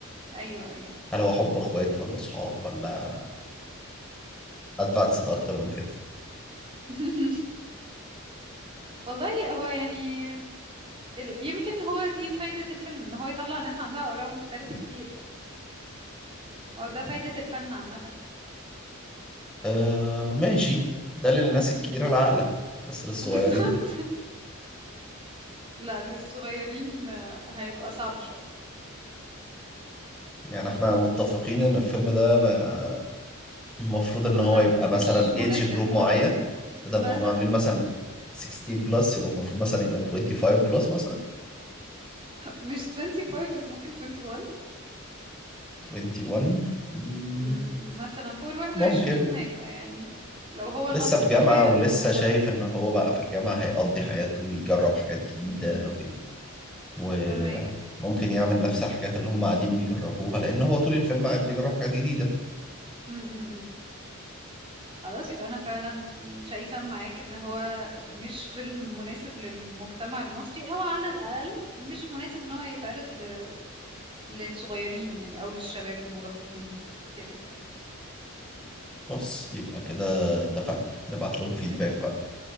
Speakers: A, on the right (about 25°); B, in the centre.
A: ايوه ايوه
B: هل هو حب إخوات ولا أصحاب ولا أدفانسد أكتر من كده؟
A: <laughs> والله هو يعني ال- يمكن هو دي فايده الفيلم ان هو يطلع ناس عندها اراء مختلفه كتير يعني. هو ده فايده الفن عامه
B: أه ماشي ده للناس الكبيرة
A: <laughs>
B: العاقلة بس للصغيرين
A: بالظبط لا للصغيرين آه، هيبقى صعب شويه
B: يعني
A: مم.
B: إحنا متفقين إن الفيلم ده ما- المفروض إن
A: لا
B: هو يبقى
A: مش
B: مثلا
A: مناسب
B: إيدج جروب
A: لم...
B: معين
A: مثلا
B: بدل ما هم عاملين مثلا 16 بلس يبقى المفروض مثلا يبقى 25 بلس مثلا
A: مش 25 بس ممكن 21
B: 21 مم،
A: م- مثلا فوق الواحد
B: ممكن
A: وعشرين هيبقى يعني لو هو
B: لسه
A: ناضج
B: في جامعة
A: كفاية
B: ولسه
A: ان هو
B: شايف إن هو بقى في الجامعة هيقضي حياته ويجرب حاجات
A: امم
B: جديدة وممكن
A: فهمك
B: يعمل نفس الحاجات اللي هم قاعدين بيجربوها لأن هو طول الفيلم قاعد بيجرب حاجات جديدة
A: امم خلاص يبقى انا فعلا شايفة معاك ان هو مش فيلم مناسب للمجتمع المصري او على الاقل مش مناسب ان هو يتعرض ل... للصغيرين يعني او للشباب المراهقين كده يعني
B: بس يبقى كده اتفقنا نبعت لهم فيدباك
A: اتفقنا
B: بقى